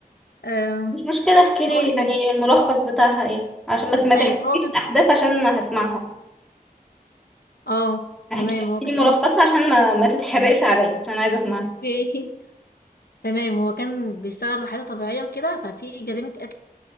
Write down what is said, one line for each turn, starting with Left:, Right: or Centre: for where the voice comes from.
Left: آه
Centre: مش مشكلة احكي لي
Left: هو كان
Centre: يعني الملخص بتاعها ايه عشان بس ما تحرقليش
Left: ايوه هو كان
Centre: الاحداث عشان هسمعها
Left: اه
Centre: احكي
Left: تمام
Centre: احكي
Left: هو كان
Centre: لي ملخصها
Left: <laughs>
Centre: عشان ما ما تتحرقش عليا عشان عايزة اسمعها
Left: اوكي تمام هو كان بيشتغل وحيدة طبيعية وكده ففي جريمة قتل